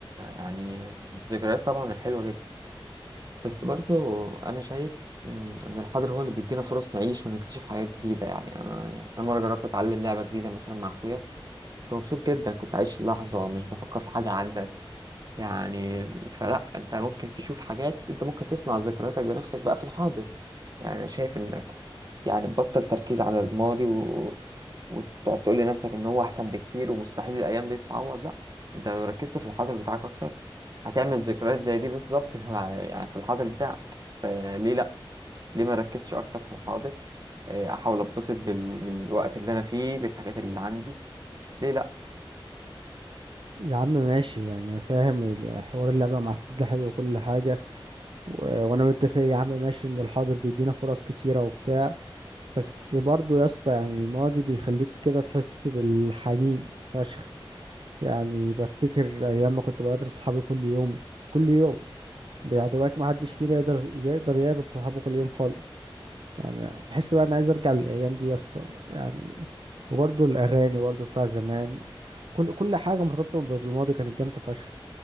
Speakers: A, on the right (about 45°); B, on the right (about 65°).
A: يعني الذكريات طبعا الحلوة جدا بس برضو أنا شايف مم، إن الحاضر هو اللي بيدينا فرص نعيش ونكتشف حاجات جديدة يعني أنا يعني أنا مرة جربت أتعلم لعبة جديدة مثلا مع أخويا كنت مبسوط جدا كنت عايش اللحظة مش بفكر في حاجة عدت يعني فلا انت ممكن تشوف حاجات انت ممكن تصنع ذكرياتك بنفسك بقى في الحاضر يعني انا شايف انك يعني تبطل تركيز على الماضي و... وتقعد تقول لنفسك ان هو احسن بكتير ومستحيل الايام دي تتعوض لا انت لو ركزت في الحاضر بتاعك اكتر هتعمل ذكريات زي دي بالظبط <laughs> مع- يعني في الحاضر بتاعك فليه لا ليه ما ركزش اكتر في الحاضر اه، احاول اتبسط بال... بالوقت اللي انا فيه بالحاجات اللي عندي ليه لا
B: يا عم ماشي يعني أنا فاهم الحوار اللعبة مع أخوك ده حلو وكل حاجة و- وانا متفق يا عم ماشي ان الحاضر بيدينا فرص كتيرة وبتاع بس برضو يا اسطى يعني الماضي بيخليك كده تحس بالحنين فشخ يعني بفتكر ايام ما كنت بقابل صحابي كل يوم كل يوم ده يعني دلوقتي ما حدش فينا يقدر يقدر يقابل صحابه كل يوم خالص يعني بحس بقى انا عايز ارجع للايام دي يا اسطى يعني وبرضو الاغاني برضو بتاع زمان كل كل حاجة مرتبطة بالماضي كانت جامدة فشخ